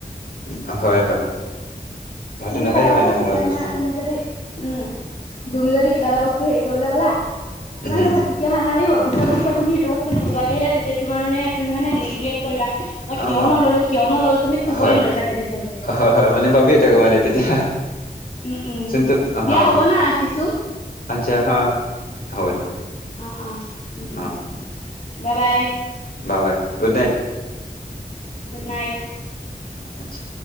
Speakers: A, on the left; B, on the left.
A: উ হয় হয়। ভালতো
B: তুমি
A: নালাগে
B: চাবাচোন
A: মানে সময়ত
B: এতিয়া তোমাৰ
A: কিছুমান
B: তুমি যদি উম, তুমি যদি কিবা এটা বস্তু হেৰি কৰিবলৈ গলা, তোমাৰ
A: উম
B: সেইটো তেতিয়া ভাল নালাগিব পিছত যেতিয়া তুমি সেইটো বস্তুো <unintelligible> তেতিয়া তমাৰ মে তুমি মানে ৰিগ্ৰেট কৰিবা। মই
A: অ
B: কিয় নললো, কিয় নললো তুমি শুবই
A: হয়
B: নোৱাৰিবা তেনেকুৱা হৈছে যে
A: হয় হয়, মানে ভাবিয়ে থাকো মানে তেতিয়া
B: উম, উম,
A: জোনটো, অ'।
B: দিয়া হ'ব ন ৰাখিছোঁ।
A: আচ্ছা হা হ'ব দিয়া।
B: অ', অ', উম, উম,
A: অ
B: bye bye.
A: Bye bye, good night.
B: Good night.
A: আতছা।